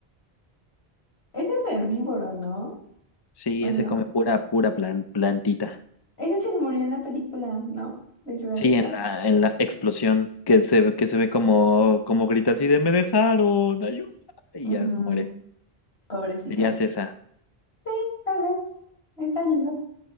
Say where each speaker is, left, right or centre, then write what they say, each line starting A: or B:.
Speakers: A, on the left (about 75°); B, on the left (about 25°).
A: Ese es herbívoro, ¿no?
B: Sí,
A: Bueno.
B: ese come pura, pura plan- plantita.
A: Es el que se murió en la película, ¿no? De Jurassic
B: Sí,
A: Park.
B: en la, en la explosión que se, que se ve como, como grita así de me dejaron, ayuda. Y
A: Ujú,
B: ya muere.
A: Pobrecito.
B: Serías esa.
A: Sí, tal vez. Está lindo.